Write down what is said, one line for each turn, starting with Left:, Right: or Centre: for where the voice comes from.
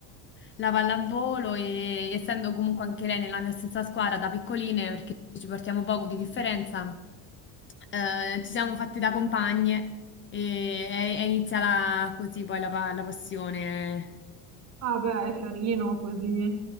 Left: la pallavolo e essendo comunque anche lei nella mia stessa squadra da piccoline, perché ci portiamo poco di differenza, eh, ci siamo fatti da compagne e è, è iniziata così poi la, pa- la passione.
Right: Ah beh, è carino così.